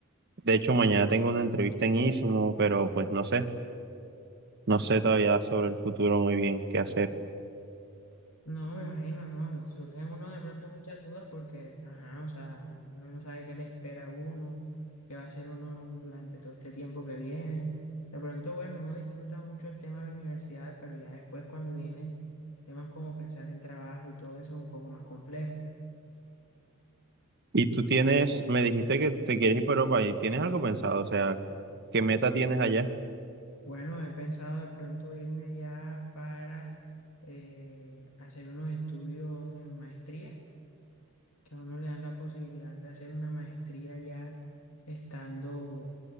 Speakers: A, on the right; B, on the left.
A: de hecho mañana tengo una entrevista en Ísimo, pero pues no sé, no sé todavía sobre el futuro muy bien qué hacer.
B: No, me imagino, ¿no? Surgen uno de pronto muchas dudas porque, ajá, o sea, uno no sabe qué le espera a uno, qué va a hacer uno durante todo este tiempo que viene. De pronto, bueno, uno disfruta mucho el tema de la universidad, pero ya después cuando vienen temas como pensar en trabajo y todo eso es un poco más complejo.
A: Y tú tienes, me dijiste que te quieres ir para Europa y tienes algo pensado, o sea, ¿qué meta tienes allá?
B: Bueno, he pensado de pronto irme allá para eh, hacer unos estudios en maestrías que a uno le dan la posibilidad de hacer una maestría ya estando,